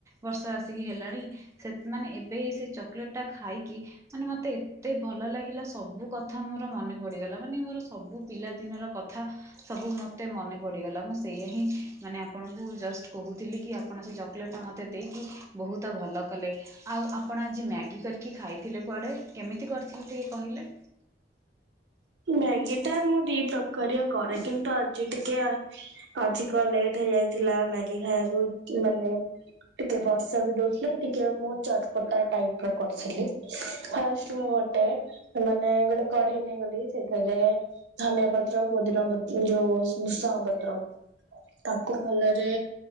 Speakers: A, on the right; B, on the right.
A: ବର୍ଷ ଆସିକି ହେଲାଣି, ସେ ମାନେ ଏବେ ସେ ଚକଲେଟ୍ ଟା ଖାଇକି ମାନେ ମତେ ଏତେ ଭଲ ଭଲ ଲାଗିଲା। ସବୁ କଥା ମୋର ମନେ ପଡ଼ିଗଲା। ମାନେ ମୋର ସବୁ ପିଲାଦିନର କଥା ସବୁ ମ ମୋତେ ମନେ ପଡ଼ିଗଲା। ମୁଁ ସେଇଆ ହିଁ ମାନେ ଆପଣଙ୍କୁ ଜଷ୍ଟ କହୁଥିଲି କି, ଆପଣ ସେ ଚକଲେଟ୍ ଟା ମୋତେ ଦେଇ ବହୁତ ଭଲ କଲେ। ଆଉ ଆପଣ ଆଜି ମ୍ୟାଗି କରିକି ଖାଇଥିଲେ କୁଆଡେ କେମିତି କରିଥିଲେ। ଟିକେ କହିଲେ।
B: ହ <inaudible> ମ୍ୟାଗି ଟା ମୁଁ ଦି ପ୍ରକାରିଆ କରେ। କିନ୍ତୁ ଆଜି ଟିକେ ଅ ଅଧିକ ଲେଟ୍ ହେଇ ଯାଇଥିଲା ମ୍ୟାଗି ଖାଇବାକୁ ମାନେ ଟିକେ ବର୍ଷା ବି ଦଉଥିଲା। ଟିକେ ମୁଁ ଚଟପଟା ଟାଇପ ର କରିଥିଲି ଫାଷ୍ଟ ମୁ ଗୋଟାଏ ଭଲ ବଲ ଗୋଟେ କଢେଇ ନେଇଗଲି। ସେଥିରେ ଧନିଆ ପତ୍ର ପୋଦିନା ପତ୍ ଯୋଉ ଭୃଷାଙ୍ଗ ପତ୍ର। ତାକୁ ମୁଁ ଯେ